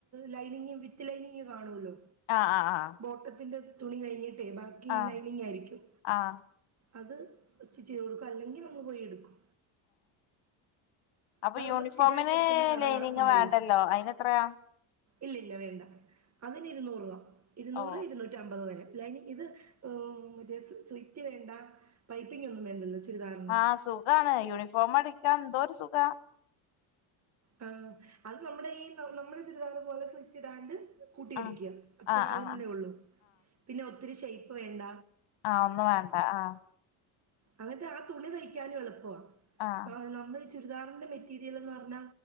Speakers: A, on the right; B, on the left.
A: ലൈനിങ്ങ് വിത്ത് ലൈനിങ് കാണുള്ളു
B: ആഹ ആ് ആ
A: ഓട്ടത്തിന്റെ തുണി കഴിഞ്ഞിട്ടേ ബാക്കി
B: ആഹ്
A: ലൈനിങ് ആയിരിക്കും.
B: ആഹ്
A: അത് സ്റ്റിച്ച് ചേർക്കും അല്ലെങ്കിൽ നമ്മൾ പോയി എടുക്കും.
B: അപ്പൊ
A: അത്
B: യൂണിഫോമിന്
A: നമ്മള് സ്ഥിരായിട്ട് എടുക്കുന്ന കട
B: ലൈനിങ്
A: കാ ഉണ്ടല്ലോ.
B: വേണ്ടല്ലോ അയ്ന എത്രയാ?
A: ഇല്ല ഇല്ല വേണ്ട അതിന് ഇരുന്നൂറ് രൂപ ഇരുന്നൂറ്
B: ഓ
A: ഇരുന്നൂറ്റി. റ്റമ്പത് വരെ അല്ല ഇത് മറ്റ സ്ലിറ്റ് വേണ്ട പൈപ്പിംഗ് ഒന്നും വേണ്ടല്ലോ ചുരിദാറിന്
B: ആഹ സുഖാണ് യൂണിഫോമ ടിക്കാൻ എന്തോരു സുഖ
A: ആ അത് നമ്മുടെ ഇ നമ്മുടെ ചുരിദാറ് പോലെ സിറ്റിടാണ്ട് കൂട്ടിയിടിക്കുക
B: ആഹ്
A: അത്ര
B: ആഹ്
A: അല്ലേ
B: ആഹ്
A: ഉള്ളൂ പിന്നെ ഒത്തിരി ഷേയ്പ്പ് വേണ്ട
B: ആഹ ഒന്നും വേണ്ട ആ
A: അങ്ങനത്തെ ആ തുണി തയ്ക്കാനും എളുപ്പമാ
B: ആഹ്
A: നമ്മള് ചുരിദാറിന്റെ മെറ്റീരിയൽന്ന് പറഞ്ഞാ